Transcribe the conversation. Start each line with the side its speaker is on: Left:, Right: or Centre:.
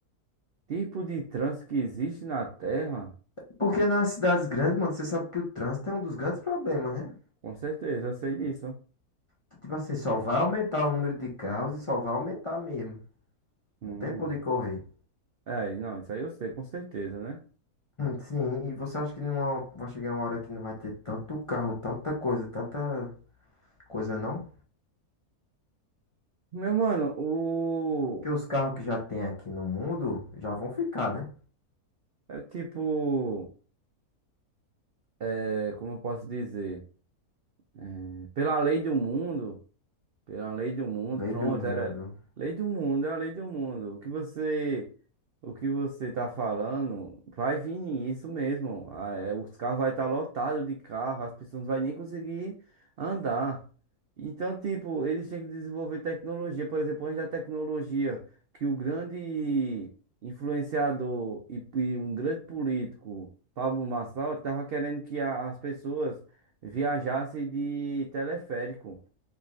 Right: Tipo de trânsito que existe na Terra?
Left: Porque nas cidades grandes, mano, você sabe que o trânsito é um dos grandes problemas, né?
Right: Com certeza, eu sei disso.
Left: Que, tipo assim, só vai aumentar o número de carros e só vai aumentar mesmo.
Right: Hum.
Left: Não tem por onde correr.
Right: É, não, isso aí eu sei, com certeza, né?
Left: Sim, e você acha que numa, vai chegar uma hora que não vai ter tanto carro, tanta coisa, tanta coisa não?
Right: Meu mano, o.
Left: Porque os carros que já tem aqui no mundo já vão ficar, né?
Right: É tipo. É, como eu posso dizer? É, pela lei do mundo. Pela lei do mundo.
Left: Lei
Right: Pronto,
Left: do mundo.
Right: era lei do mundo, é a lei do mundo. O que você o que você tá falando vai vir isso mesmo. Ah, é, Os carros vai estar lotados de carro, as pessoas não vão nem conseguir andar. Então, tipo, eles têm que desenvolver tecnologia. Por exemplo, onde a tecnologia que o grande influenciador e, e um grande político, Pablo Marçal, estava querendo que a- as pessoas viajassem de teleférico.